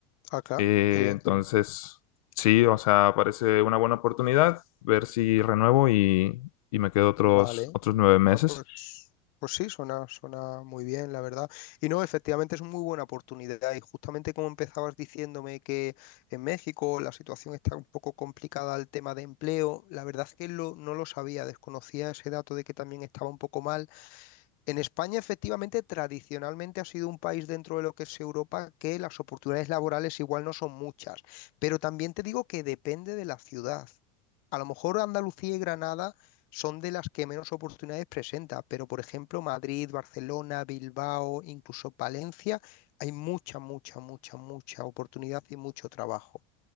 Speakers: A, on the left; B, on the left.
A: Acá,
B: Eh,
A: qué bien,
B: entonces,
A: qué bien.
B: sí, o sea, parece una buena oportunidad ver si renuevo y, y me quedo otros,
A: Vale,
B: otros nueve meses.
A: Ah, pues, pues sí, suena, suena muy bien, la verdad. Y no, efectivamente es una muy buena oportunidad. Y justamente como empezabas diciéndome que en México la situación está un poco complicada al tema de empleo, la verdad es que lo, no lo sabía, desconocía ese dato de que también estaba un poco mal. En España, efectivamente, tradicionalmente ha sido un país dentro de lo que es Europa que las oportunidades laborales igual no son muchas, pero también te digo que depende de la ciudad. A lo mejor Andalucía y Granada son de las que menos oportunidades presenta, pero por ejemplo Madrid, Barcelona, Bilbao, incluso Palencia, hay mucha, mucha, mucha, mucha oportunidad y mucho trabajo.